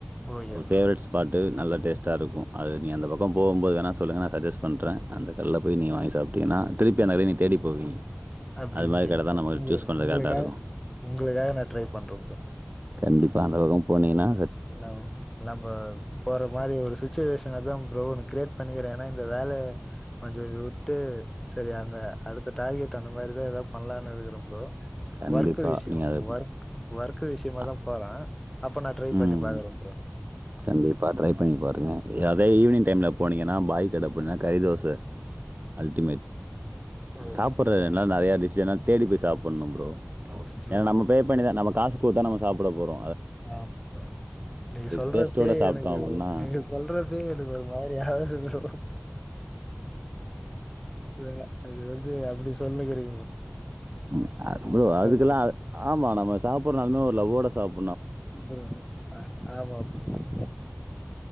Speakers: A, in the centre; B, on the right.
A: ஓகே
B: ஒரு
A: ப்ரோ
B: ஃபேவரேட் ஸ்பாட்டு நல்ல டேஸ்டா இருக்கு அது நீ அந்த பக்கோ போகுபோது வேண சொல்லுங்க நா சஜஸ்ட் பண்றே அந்த கடையில போயி நீங்க வாங்கி சாப்ட்டீங்கனா திருப்பி அந்த கடய நீ தேடி போவீங்க
A: அப்டின்றீ
B: அது மாரி கடை
A: க
B: தான் நம்ம
A: உங்க
B: சூஸ் பண்றது
A: உங்களுக்காக
B: கரெக்ட்டா இருக்கும்.
A: உங்களுக்காக நா ட்ரை பண்றே ப்ரோ
B: கண்டிப்பா அந்த பக்கோ போனீங்கனா
A: நம் நம்ம போற மாரி ஒரு சிச்சுவேஷன தா ப்ரோ னுக் க்ரியேட் பண்ணிக்கிறே ஏனா இந்த வேல கொஞ்சோ விட்டு செரி அங்க அடுத்த டார்கெட் அந்த மாரி தா எதாவது பண்ணலானு இருக்கிறே ப்ரோ
B: கண்டிப்பா.
A: ஒர்க்கு விஷ்யோ
B: நீங்க அது
A: ஒர்க் ஒர்க்கு விஷயமா
B: அ
A: தா போறே அப்ப நா ட்ரை பண்ணி
B: ம்.
A: பாக்றே ப்ரோ
B: கண்டிப்பா ட்ரை பண்ணி பாருங்க அதே ஈவினிங் டைம்ல போனீங்கனா பாய் கடப்போனா கறிதோச அல்டிமேட்
A: ஓகே
B: சாப்டுறல்லா நெறைய டிஷ்ஷனா தேடி போய் சாப்பணு ப்ரோ
A: ப்ரோ
B: ஏன்னா நம்ம பே பண்ணிதா நம்ம காசு கொடுத்தா நம்ம சாப்ட போறோ
A: ஆ ப்ரோ நீங்க சொல்றப்பே
B: டேஸ்ட்டோட சாப்பிட்டோம்
A: எனக்கு
B: அப்படின்னா
A: நீங்க சொல்றப்பே எனக்கு ஒரு மாரி ஆகுது ப்ரோ அ அது வந்து அப்படி சொல்லுக்குறீ
B: ம் அ ப்ரோ அதுக்கெல்லாம்
A: ப்ரோ
B: ஆமா ந ம்ம சாப்றனு ஒரு லவ்வோட சாப்
A: ஓகே ப்ரோ ஆமா ப்ரோ